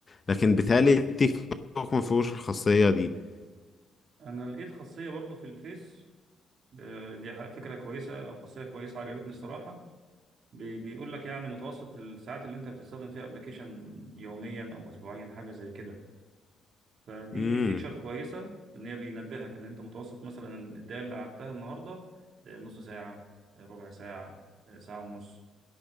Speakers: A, on the left; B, on the right.
A: لكن بالتالي التيك توك ما فيهوش الخاصية دي
B: أنا لقيت خاصية برضو في الفيس آه، دي ح- فكرة كويسة أو خاصية كويسة عجبتني الصراحة بي- بيقول لك يعني متوسط الساعات اللي أنت بتستخدم فيها أبلكيشن يوميا أو أسبوعيا حاجة زي كده فدي
A: امم
B: فيتشر كويسة إن هي بينبهك إن أنت متوسط مثلا الدقايق اللي قعدتها النهاردة آه، نص ساعة آه، ربع ساعة آه، ساعة ونص